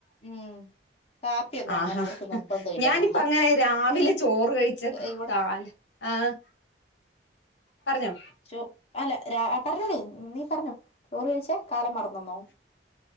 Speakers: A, on the left (about 35°); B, on the left (about 75°).
A: ഉം. കാപ്പിയൊന്നും
B: ആഹാ
A: അങ്ങനെ അവർക്ക് നിർബന്ധമില്ല
B: ഞാനിപ്പങ്ങനെ
A: നമ്മ
B: രാവിലെ ചോറ് കഴിച്ച
A: ഇവിടെ
B: കാല് ആഹ് പർഞ്ഞോ
A: ചോ അല്ല രാ പർഞ്ഞോളി നീ പർഞ്ഞോ ചോറ് കയ്ച്ചാ കാലം മർന്നന്നോ?